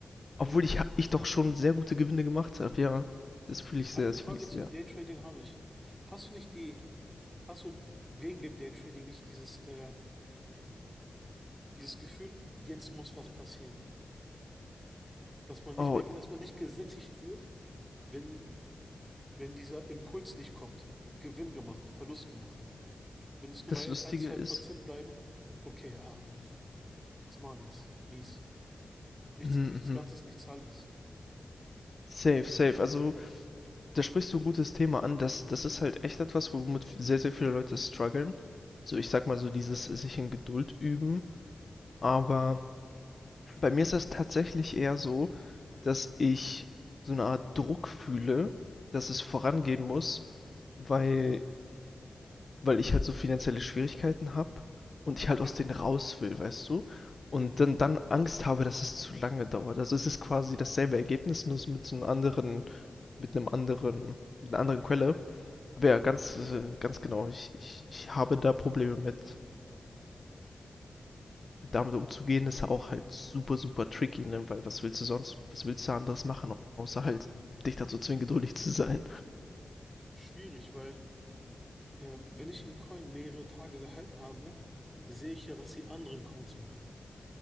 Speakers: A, on the left (about 50°); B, in the centre.
A: Obwohl
B: ja.
A: ich, ich doch schon sehr gute Gewinne gemacht habe. Ja, das fühle ich sehr,
B: Eine
A: das
B: Frage
A: fühle ich sehr.
B: zum Daytrading habe ich. Hast du nicht die, hast du wegen dem Daytrading nicht dieses äh, Dieses Gefühl, jetzt muss was passieren. Dass man nicht
A: Oh,
B: mehr, dass man nicht gesättigt wird, wenn, wenn dieser Impuls nicht kommt. Gewinn gemacht, Verlust gemacht. Wenn es nur
A: das
B: bei
A: Lustige
B: ein 2
A: ist,
B: Prozent bleiben, okay, ähm, was machen jetzt? Mies. Nichts,
A: Mhm,
B: nichts
A: mhm.
B: Ganzes, nichts Halbes.
A: Safe, safe. Also, da sprichst du ein gutes Thema an. Das, das ist halt echt etwas, womit sehr, sehr viele Leute strugglen. So, ich sag mal so, dieses sich in Geduld üben. Aber bei mir ist das tatsächlich eher so, dass ich so eine Art Druck fühle, dass es vorangehen muss, weil, weil ich halt so finanzielle Schwierigkeiten habe und ich halt
B: Ja,
A: aus denen raus will, weißt du? Und
B: ja,
A: dann, dann Angst habe, dass es zu lange dauert. Also es ist quasi dasselbe Ergebnis, nur so mit so einem anderen mit einem anderen, mit einer anderen Quelle. Aber ja, ganz, äh, ganz genau. Ich, ich, ich habe da Probleme mit. damit umzugehen ist auch halt super, super tricky, ne? Weil was willst du sonst, was willst du anderes machen, außer halt
B: ja.
A: dich dazu zwingen, geduldig zu sein.
B: Schwierig, weil ähm, wenn ich einen Coin mehrere Tage gehalten habe, sehe ich ja, was die anderen Coins machen.